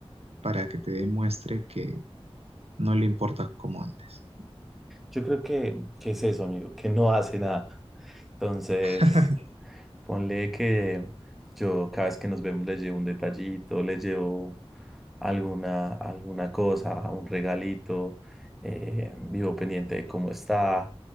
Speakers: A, on the right; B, in the centre.
A: para que te demuestre que no le importas como antes?
B: Yo creo que, que es eso, amigo, que no hace nada. Entonces...
A: <laughs>
B: Ponle que yo cada vez que nos vemos les llevo un detallito, les llevo alguna, alguna cosa, un regalito, eh, vivo pendiente de cómo está.